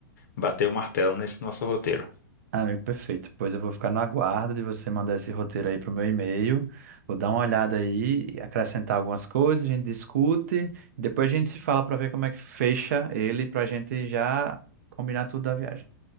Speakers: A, on the left (about 60°); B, on the right (about 50°).
A: bater o martelo nesse nosso roteiro.
B: Amigo, perfeito. Pois eu vou ficar no aguardo de você mandar esse roteiro aí pro meu e-mail. Vou dar uma olhada aí, acrescentar algumas coisas, a gente discute e depois a gente se fala para ver como é que fecha ele para a gente já combinar tudo da viagem.